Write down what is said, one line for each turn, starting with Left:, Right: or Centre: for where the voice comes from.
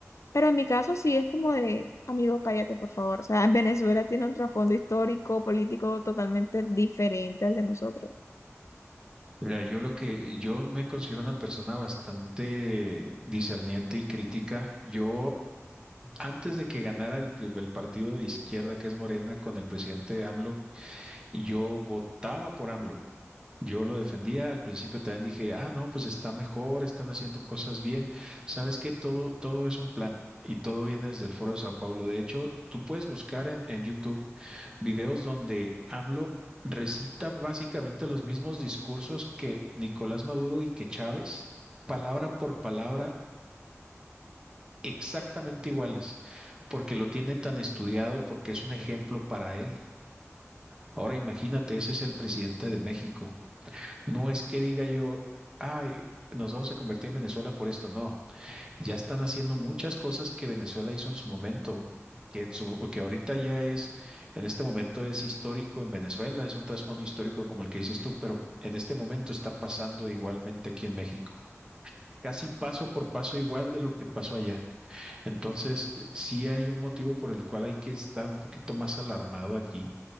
Left: Pero en mi caso sí es como de, amigo, cállate, por favor. O sea, <laughs> en Venezuela tiene un trasfondo histórico, político totalmente diferente al de nosotros.
Right: Mira, yo lo que yo me considero una persona bastante discerniente y crítica. Yo, antes de que ganara el, pri- el partido de izquierda, que es Morena, con el presidente AMLO, yo votaba por AMLO. Yo lo defendía, al principio también dije, ah, no, pues está mejor, están haciendo cosas bien. Sabes que todo, todo es un plan y todo viene desde el Foro de Sao Paulo. De hecho, tú puedes buscar en, en YouTube videos donde AMLO recita básicamente los mismos discursos que Nicolás Maduro y que Chávez, palabra por palabra, exactamente iguales, porque lo tiene tan estudiado, porque es un ejemplo para él. Ahora imagínate, ese es el presidente de México. No es que diga yo, ay, nos vamos a convertir en Venezuela por esto. No, ya están haciendo muchas cosas que Venezuela hizo en su momento, que, en su, que ahorita ya es, en este momento es histórico en Venezuela, es un trasfondo histórico como el que dices tú, pero en este momento está pasando igualmente aquí en México. Casi paso por paso igual de lo que pasó allá. Entonces, eh, sí hay un motivo por el cual hay que estar un poquito más alarmado aquí.